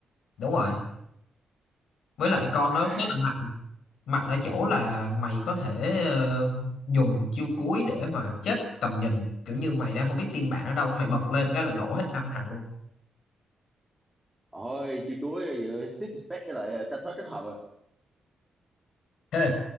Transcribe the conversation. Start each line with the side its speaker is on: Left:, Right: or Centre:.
Left: đúng rồi với lại con
Centre: à
Left: nó khá là mạnh mạnh ở chỗ là mày có thể ờ, dùng chiêu cuối để mà chết tầm nhìn kiểu như mày đang không biết team bạn ở đâu mày bật lên cái là lỗ hết năm thằng luôn
Centre: ôi chiêu chuối giữa disrespect với lại tra thớt kết hợp à
Left: Hê,